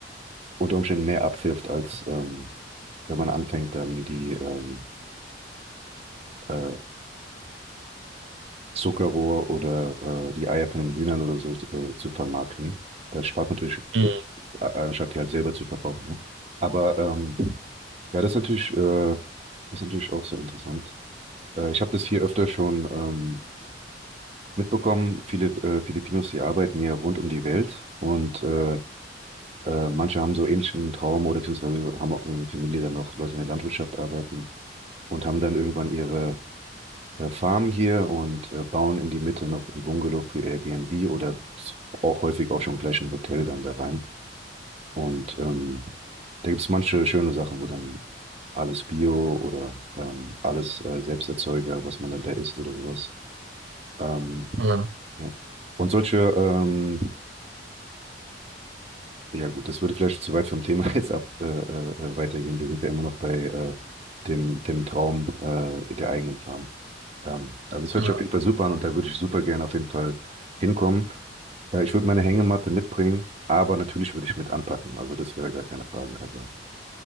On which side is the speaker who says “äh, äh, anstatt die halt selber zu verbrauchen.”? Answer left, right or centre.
Right